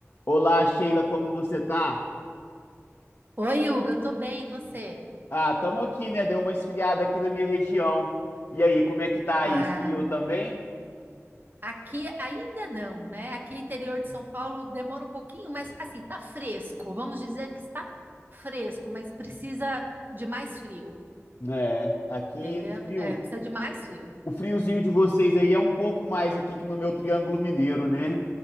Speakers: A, on the left; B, on the right.
A: Olá, Sheila, como você tá?
B: Oi, Hugo, eu tô bem, e você?
A: Ah, tamo aqui, né? Deu uma esfriada aqui na minha região. E aí, como é que tá aí?
B: Ah,
A: Esfriou também?
B: aqui ainda não, né? Aqui interior de São Paulo demora um pouquinho, mas assim, tá fresco. Vamos dizer que está fresco, mas precisa de mais frio,
A: É, aqui
B: entendeu?
A: o frio.
B: É, precisa de mais frio.
A: O friozinho de vocês aí é um pouco mais aqui que no meu Triângulo Mineiro, né?